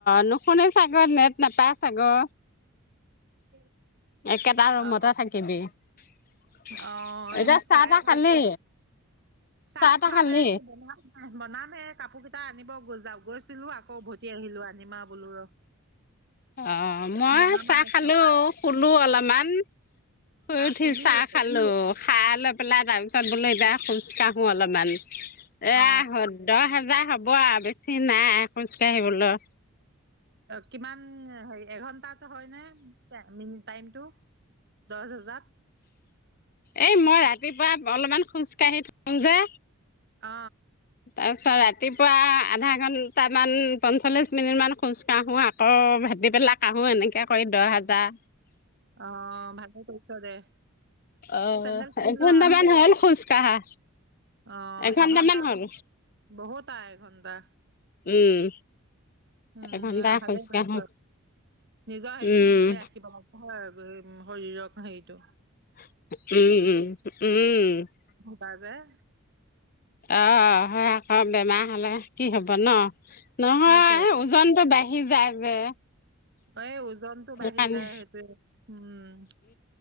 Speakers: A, on the left; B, on the right.
A: নুশুনে চাগে নেট নাপায় চাগে।
B: <unintelligible>
A: একেটা ৰুমতে
B: অ
A: থাকিবি। এতিয়া
B: অ
A: চাহ
B: ৱাই
A: তাহ
B: ফাইটো
A: খালি।
B: চাহ
A: তাহ
B: খোৱা
A: খালি
B: নাই বনোৱা নাই বনামহে কাপোৰ গিটা আনিব গ'ল যাওঁ। গৈছিলোঁ আকৌ উভতি আহিলোঁ আনিমে বোলো ৰ।
A: অ মই
B: বনামা
A: চাহ
B: আছে
A: খালো। শুলো অলপমান। শুই
B: আহ
A: উঠি
B: শুলিও
A: চাহ খালো। খায় লৈ পেলাই তাৰ পিছত বোলো এতিয়া খোজ কাঢ়ো অলপমান। এয়া
B: অ
A: দহ হেজাৰ হ'ব। হব বেছি নাই খোজকাঢ়িবলৈ।
B: কিমান হে এঘন্টাট হয় নে টাইমটো। দহ হাজাৰত।
A: এই মই ৰাতিপুৱা অলপমান খোজ কাঢ়ি থওঁ যে।
B: অ
A: তাৰ পিছত ৰাতিপুৱা আধা ঘন্টামান পঞ্চল্লিশ মিনিট মান খোজ কাঢ়ো আকৌ ভেতি পেলাই কাঢ়ো এনেকে কৰি দহ হাজাৰ।
B: অ ভালেই কৰিছ দে।
A: অ
B: চেন্দেল কিনি
A: এঘন্টামান
B: ল আও
A: হল খোজ কাঢ়া।
B: অ
A: এঘন্টামান
B: এঘন্টাত
A: হ'ল
B: বহুত টা এঘণ্টা
A: উম
B: উম
A: এঘন্টা
B: ভালে
A: খোজ
B: কৰিছ
A: কাঢ়ো
B: নিজৰ হেৰিতো
A: উম
B: নিজে ৰাখিব লাগে হয়। শৰীৰক সেইটো।
A: উম উম উম
B: তাজাই
A: অ হয় আকৌ বেমাৰ হ'লে। কি হ'ব ন নহয়
B: সেইটোৱে
A: ওজনটো বাঢ়ি। যায় যে।
B: এই ওজনতটো
A: সেইকাৰণে
B: বাঢ়ি যায় সেইটোয়ে উম।